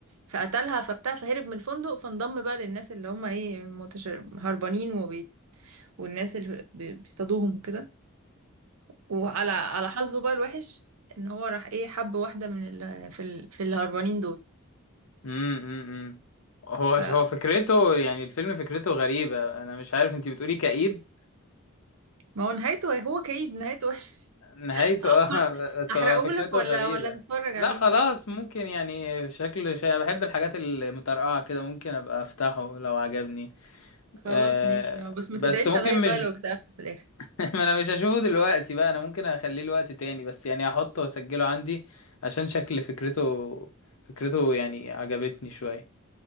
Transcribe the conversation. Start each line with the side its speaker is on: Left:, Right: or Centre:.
Right: فقتلها فبتاع فهرب من الفندق فانضم بقى للناس اللي هم ايه متشر... هربانين وبي... والناس اللي بي- بيصطادوهم وكده وعلى على حظه بقى الوحش ان هو راح ايه حب واحده من ال... في ال... في الهربانين دول
Left: امم هو
Right: فما
Left: هو فكرته يعني الفيلم فكرته غريبة انا مش عارف انتي بتقولي كئيب
Right: هو نهايته إيه، هو كئيب نهايته وحش
Left: نهايته
Right: <laughs>
Left: اه <laughs> بس
Right: احرقهولك
Left: هو فكرته
Right: ولا
Left: غريبة
Right: ولا تتفرج
Left: لا
Right: عليه
Left: خلاص ممكن يعني شكل شيء انا بحب الحاجات المترقعة كده ممكن ابقى افتحه لو عجبني
Right: خلاص
Left: أه
Right: ماشي بس
Left: بس
Right: ما تدعيش
Left: ممكن
Right: عليا بقى
Left: مش
Right: لو اكتئبت في الاخر
Left: <laughs> ما انا مش هشوفه دلوقتي بقى انا ممكن اخليه لوقت تاني بس يعني هحطه واسجله عندي عشان شكل فكرته فكرته يعني عجبتني شوية